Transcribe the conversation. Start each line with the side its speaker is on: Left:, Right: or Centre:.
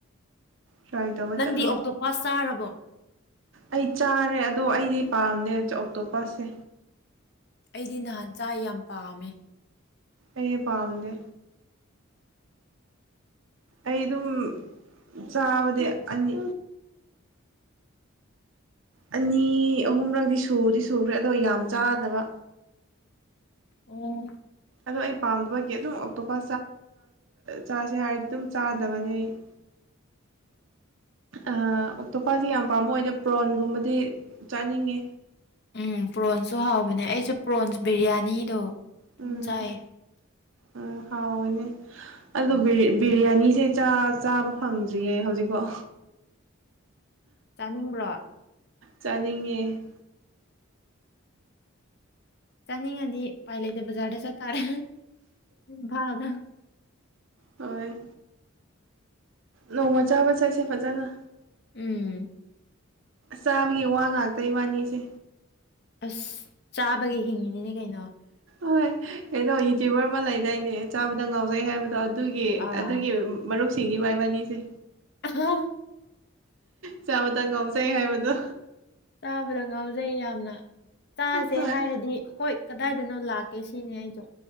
Right: ꯇ꯭ꯔꯥꯏ ꯇꯧꯕ
Left: ꯅꯪꯗꯤ
Right: ꯆꯠꯂꯣ
Left: ꯑꯣꯛꯇꯣ ꯄꯥꯁ ꯆꯥꯔꯕꯣ꯫
Right: ꯑꯩ ꯆꯥꯔꯦ ꯑꯗꯣ ꯑꯩꯗꯤ ꯄꯥꯝꯗꯦ ꯑꯇꯣꯞꯁꯁꯦ꯫
Left: ꯑꯩꯗꯤ ꯅꯍꯥꯟ ꯆꯥꯏ ꯌꯥꯝ ꯄꯥꯝꯃꯦ꯫
Right: ꯑꯩꯩꯗꯤ ꯄꯥꯝꯗꯦ꯫ ꯑꯩ ꯑꯗꯨꯝ ꯆꯥꯕꯗꯤ ꯑꯅꯤ꯫ ꯑꯅꯤ ꯑꯍꯨꯝꯔꯛꯗꯤ ꯁꯨꯗꯤ ꯁꯨꯈ꯭ꯔꯦ ꯑꯗꯣ ꯌꯥꯝ ꯆꯥꯗꯕ꯫
Left: ꯑꯣ꯫
Right: ꯑꯗꯣ ꯑꯩ ꯄꯥꯝꯗꯕꯒꯤ ꯑꯗꯨꯝ ꯑꯇꯣꯞꯄ ꯆꯥꯁꯦ ꯍꯥꯏꯔꯗꯤ ꯑꯗꯨꯝ ꯆꯥꯗꯕꯅꯦ ꯑꯩ꯫ <unintelligible> ꯑꯣꯇꯣꯞꯄꯥꯁꯤ ꯌꯥꯝ ꯄꯥꯝꯕ ꯑꯣꯏꯗ ꯄ꯭ꯔꯣꯟꯒꯨꯝꯕꯗꯤ ꯆꯥꯅꯤꯡꯉꯦ꯫
Left: ꯎꯝ ꯄ꯭ꯔꯣꯟꯁꯁꯨ ꯍꯥꯎꯕꯅꯦ ꯑꯩꯁꯨ ꯄ꯭ꯔꯣꯟꯁ ꯕꯤꯔꯌꯥꯅꯤꯗꯣ ꯑꯗꯨꯝ
Right: ꯎꯝ
Left: ꯆꯥꯏꯌꯦ꯫
Right: ꯎꯝ ꯍꯥꯎꯅꯦ ꯑꯗꯨ
Left: ꯎꯝ
Right: ꯕꯤꯔꯌꯥꯅꯤꯁꯦ ꯆꯥ ꯆꯥꯕ ꯐꯪꯗ꯭ꯔꯤꯌꯦ ꯍꯧꯖꯤꯛꯐꯥꯎ
Left: ꯆꯥꯅꯤꯡꯕ꯭ꯔꯣ
Right: ꯆꯥꯅꯤꯡꯉꯦ
Left: ꯆꯥꯅꯤꯡꯉꯗꯤ ꯎꯄꯥꯏ ꯂꯩꯇꯦ ꯕꯖꯥꯔꯗ ꯆꯠꯇꯥꯔꯦ ꯢꯝꯐꯥꯜꯗ
Right: ꯍꯣꯏ ꯅꯣꯡꯃ ꯆꯥꯕ ꯆꯥꯠꯁꯦ ꯐꯖꯅ
Left: ꯎꯝ
Right: ꯆꯥꯕꯒꯤ ꯋꯥ ꯉꯥꯛꯇ ꯢꯕꯥꯅꯤꯁꯦ
Left: ꯑꯁ ꯆꯥꯕꯒꯤ ꯍꯤꯡꯉꯤꯅꯤꯅꯦ ꯀꯩꯅꯣ
Right: ꯍꯣꯏ ꯀꯩꯅꯣ ꯌꯨꯇ꯭ꯌꯨꯕꯔ ꯑꯃ ꯂꯩꯗꯥꯏꯅꯦ ꯆꯥꯕꯗ ꯉꯥꯎꯖꯩ ꯍꯥꯏꯕꯗꯣ ꯑꯗꯨꯒꯤ
Left: ꯑꯥ
Right: ꯑꯗꯨꯒꯤ
Left: ꯑꯥ
Right: ꯃꯔꯨꯞꯁꯤꯡꯅꯤ ꯚꯥꯢ ꯢꯕꯥꯅꯤꯁꯦ
Left: ꯑ <inaudible>
Right: ꯆꯥꯕꯗ ꯉꯥꯎꯖꯩ ꯍꯥꯏꯕꯗꯣ꯫
Left: ꯆꯥꯕꯗ ꯉꯥꯎꯖꯩ ꯌꯥꯝꯅ ꯆꯥꯁꯦ
Right: ꯍꯣꯏ
Left: ꯍꯥꯏꯔꯗꯤ꯫ ꯍꯣꯏ ꯀꯗꯥꯏꯗꯅꯣ ꯂꯥꯛꯀꯦ ꯁꯤꯅꯦ ꯑꯩꯁꯨ꯫